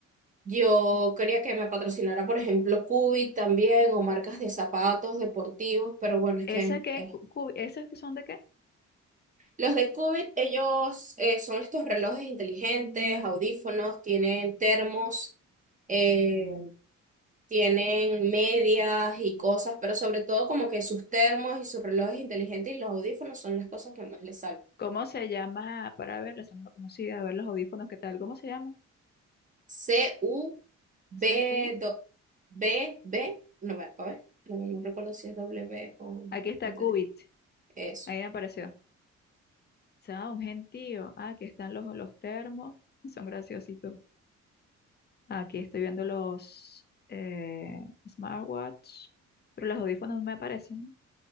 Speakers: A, on the right (about 25°); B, on the left (about 35°).
A: Yo quería que me patrocinara, por ejemplo, Cubit también, o marcas de zapatos deportivos, pero bueno, es
B: ¿Esas
A: que
B: que,
A: eh,
B: cu- cu- esas que son de qué?
A: los de Cubit, ellos eh, son estos relojes inteligentes, audífonos, tienen termos. eh, Tienen medias y cosas, pero sobre todo como que sus termos y sus relojes inteligentes y los audífonos son las cosas que más les salen.
B: ¿Cómo se llama? Para verlas, esa no la conocía, a ver los audífonos, ¿qué tal? ¿Cómo se llama?
A: C, U, B,
B: C-U.
A: do- B, B, no, va, a ver, no, no recuerdo si es W o,
B: Aquí está
A: ya te
B: Cubit.
A: digo, eso.
B: Ahí me apareció. O sea, un gentío. Ah, aquí están los, los termos. Son graciositos. Aquí estoy viendo los eh, smartwatch, pero los audífonos no me aparecen.